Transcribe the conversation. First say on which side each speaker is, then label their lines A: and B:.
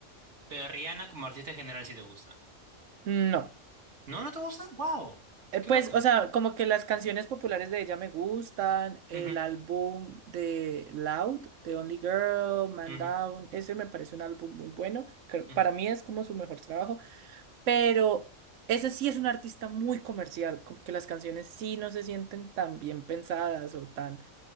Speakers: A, on the right; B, on the right.
A: Pero Rihanna como artista en general sí te gusta.
B: No.
A: ¿No, no te gusta? ¡Wow!
B: Eh,
A: ¡Qué
B: pues,
A: loco!
B: o sea, como que las canciones populares de ella me gustan. El
A: Ujú,
B: álbum de Loud, The Only Girl, Man
A: ujú,
B: Down, ese me parece un álbum muy bueno. Creo-
A: ujú,
B: Para mí es como su mejor trabajo. pero ese sí es un artista muy comercial, como que las canciones sí no se sienten tan bien pensadas o tan